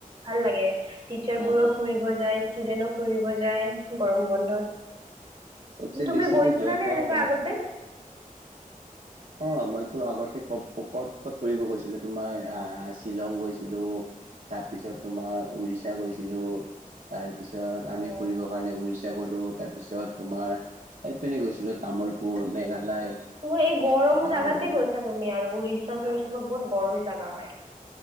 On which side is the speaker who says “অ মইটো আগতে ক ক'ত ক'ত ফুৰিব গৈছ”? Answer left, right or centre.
Right